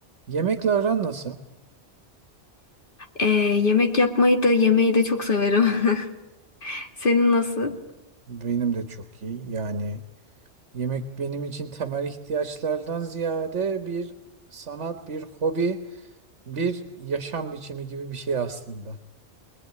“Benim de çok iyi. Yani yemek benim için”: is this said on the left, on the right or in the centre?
Right